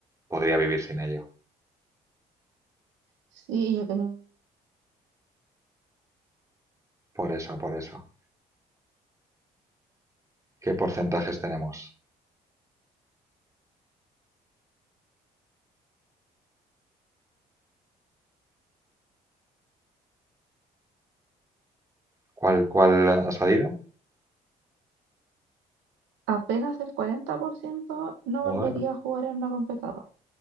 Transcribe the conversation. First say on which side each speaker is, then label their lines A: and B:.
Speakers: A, on the right; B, on the right.
A: Podría vivir sin ello.
B: Sí, yo que ni-
A: Por eso, por eso. ¿Qué porcentajes tenemos? ¿Cuál, cuál ha salido?
B: apenas el 40% no
A: Bueno,
B: volvería a jugar en una computadora.